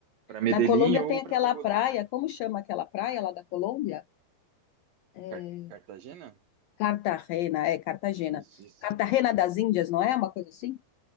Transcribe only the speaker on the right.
para Medellín
ou
para Bogotá.
Car- Cartagena?
Isso, isso.